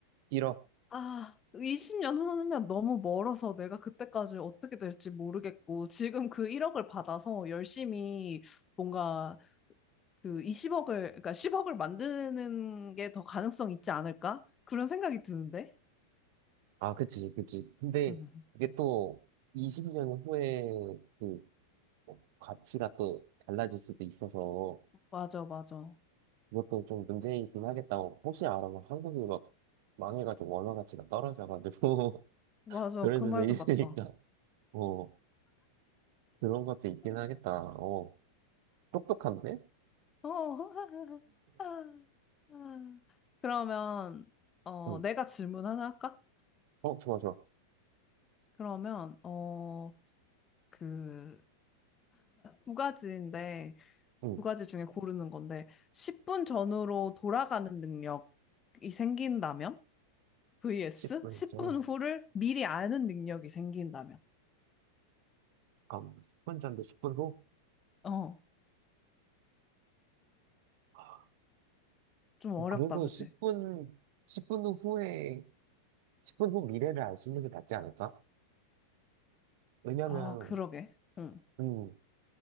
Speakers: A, on the right; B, on the left.
A: 1억?
B: 아, 20년 후면 너무 멀어서 내가 그때까지 어떻게 될지 모르겠고, 지금 그 1억을 받아서 열심히 뭔가 그 20억을, 그러니까 10억을 만드는 게 더 가능성 있지 않을까? 그런 생각이 드는데.
A: 아, 그치, 그치. 근데
B: 음.
A: 이게 또 20년 후에 그 뭐 가치가 또 달라질 수도 있어서
B: 맞아, 맞아.
A: 그것도 좀 문제이긴 하겠다고 혹시 알아? 막 한국이 막 망해가지고 원화 가치가 떨어져가지고 <laughs>
B: 맞아.
A: 그럴
B: 그
A: 수도
B: 말도
A: 있으니까
B: 맞다.
A: 어 그런 것도 있긴
B: 음.
A: 하겠다 어 똑똑한데?
B: 어. <laughs> 아, 아. 그러면, 어,
A: 응.
B: 내가 질문 하나 할까?
A: 어 좋아 좋아
B: 그러면 어, 그 두 가지인데
A: 응
B: 두 가지 중에 고르는 건데 10분 전으로 돌아가는 능력이 생긴다면 vs
A: 10분
B: 10분
A: 전
B: 후를 미리 아는 능력이 생긴다면
A: 아, 10분 전인데 10분 후?
B: 어,
A: 아,
B: 좀 어렵다,
A: 그래도
B: 그지?
A: 10분 십 분 후에 10분 후 미래를 알 수 있는 게 낫지 않을까? 왜냐면
B: 아, 그러게. 응.
A: 음